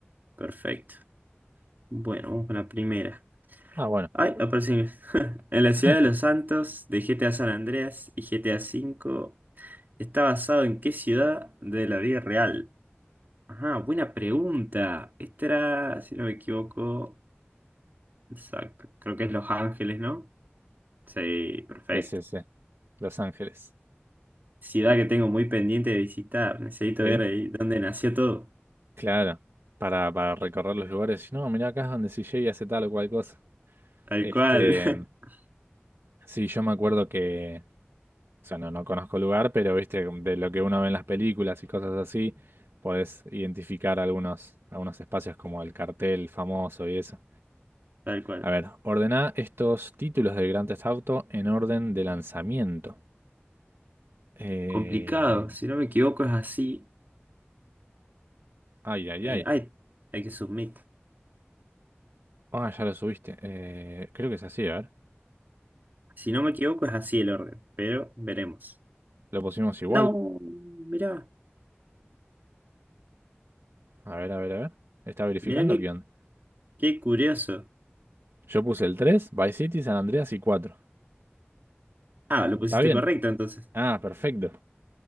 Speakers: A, on the right; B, on the right.
A: perfecto. Bueno, vamos con la primera.
B: Ah, bueno.
A: Ay, aparece. <laughs> En la
B: <laughs>
A: ciudad de los Santos, de GTA San Andreas y GTA V, ¿está basado en qué ciudad de la vida real? Ajá, buena pregunta. Esta era, si no me equivoco, exacto. Creo que es Los Ángeles, ¿no? Sí, perfecto.
B: Sí, sí, sí. Los Ángeles.
A: Ciudad que tengo muy pendiente de visitar. Necesito
B: Sí.
A: ver ahí dónde nació todo.
B: Claro. Para, para recorrer los lugares. No, mirá acá es donde CJ hace tal o cual cosa.
A: Tal
B: Este.
A: cual. <laughs>
B: Sí, yo me acuerdo que. O sea, no, no conozco el lugar, pero viste, de lo que uno ve en las películas y cosas así, podés identificar algunos, algunos espacios como el cartel famoso y eso.
A: Tal cual.
B: A ver, ordená estos títulos del Grand Theft Auto en orden de lanzamiento. Eh,
A: Complicado, si no me equivoco es así.
B: ay, ay,
A: eh,
B: ay.
A: ay, hay que submit.
B: Ah, ya lo subiste. Eh, creo que es así, a ver.
A: Si no me equivoco es así el orden, pero veremos.
B: Lo pusimos igual.
A: No, mirá,
B: A ver, a ver, a ver. ¿Está verificando
A: mirá qué,
B: qué onda?
A: qué curioso.
B: Yo puse el 3, Vice City, San Andreas y 4.
A: Ah, lo
B: ¿Está
A: pusiste
B: bien?
A: correcto entonces.
B: Ah, perfecto.